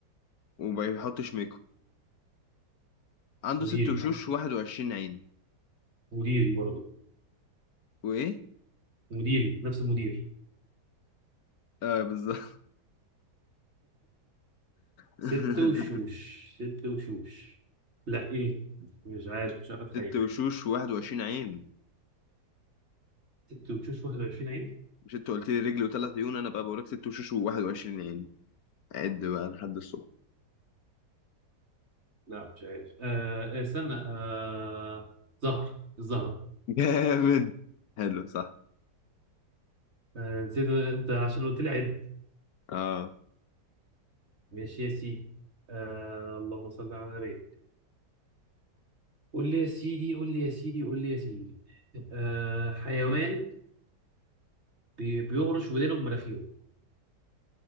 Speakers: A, on the left; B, on the right.
A: وما بيحطش ميك اب عنده
B: مديري
A: ست وشوش واحد وعشرين عين
B: مديري برضه
A: وايه؟
B: مديري نفس المدير
A: اه بالظبط <laughs>
B: ست وشوش ست وشوش لا ايه مش عارف مش عارف اتخيل
A: ست وشوش واحد وعشرين عين
B: ست وشوش 21 عين
A: مش انت قلت لي رجل وثلاث عيون انا بقى بوريك ست وشوش و21 عين عد بقى لحد الصبح
B: لا مش عارف آه آه، استنى آه زهر الزهرة
A: <laughs> جامد حلو صح
B: آه نسيت انت عشان قلت لي عد
A: اه
B: ماشي يا سيدي آه اللهم صل على النبي قول لي يا سيدي قول لي يا سيدي قول لي يا سيدي آه حيوان بي بيغرش ودانه بمناخيره